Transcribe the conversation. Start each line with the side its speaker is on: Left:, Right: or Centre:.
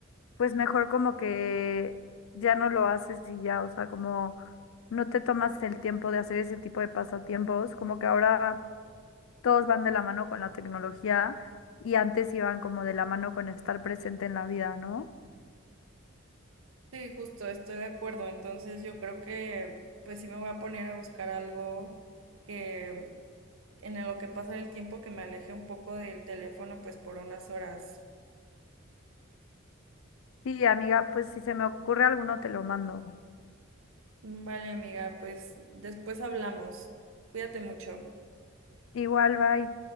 Left: pues mejor como que ya no lo haces y ya, o sea, como no te tomas el tiempo de hacer ese tipo de pasatiempos, como que ahora todos van de la mano con la tecnología y antes iban como de la mano con estar presente en la vida, ¿no?
Right: Sí, justo, estoy de acuerdo. Entonces yo creo que pues sí me voy a poner a buscar algo que en lo que pasa el tiempo que me aleje un poco del teléfono pues por unas horas.
Left: Sí, amiga, pues si se me ocurre alguno te lo mando.
Right: Vale, amiga, pues después hablamos. Cuídate mucho.
Left: Igual, bye.